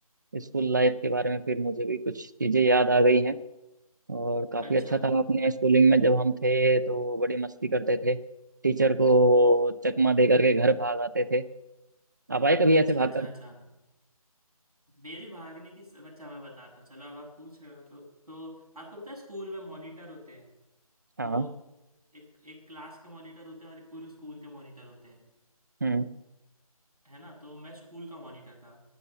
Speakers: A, on the right (about 30°); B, on the right (about 75°).
A: स्कूल लाइफ के बारे में फिर मुझे भी कुछ चीज़ें याद आ गई हैं और काफ़ी
B: अच्छा
A: अच्छा था अपने स्कूलिंग में जब हम थे तो बड़ी मस्ती करते थे टीचर को चकमा दे करके घर भाग आते थे आप आए कभी
B: अच्छा
A: ऐसे भाग
B: अच्छा
A: कर
B: अच्छा मेरे भागने की सब अच्छा मैं बताता हूँ चलो अब आप पूछ रहे हो ना, तो तो आपको पता है स्कूल में मॉनिटर होते हैं
A: हाँ
B: तो एक एक क्लास के मॉनिटर होते हैं और एक पूरे स्कूल के मॉनिटर होते हैं
A: हम्म
B: है ना तो मैं स्कूल का मॉनिटर था